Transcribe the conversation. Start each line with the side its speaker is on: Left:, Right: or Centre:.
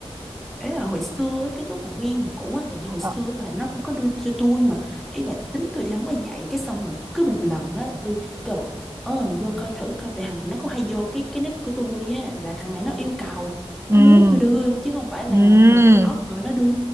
Centre: ấy là hồi xưa á, cái lúc mà quen một cũ á tại vì hồi xưa
Right: Ờ,
Centre: là nó cũng có đưa cho tôi mà ý là tính tôi thì không có dạy cái xong rồi cứ một lần á tôi kêu là ờ thằng vô coi thử coi tại thằng nó cũng hay vô cái cái nick của tôi á là thằng này nó yêu cầu
Right: ừ
Centre: nó muốn tôi đưa chứ không phải là
Right: ừ
Centre: là tôi offer nó đưa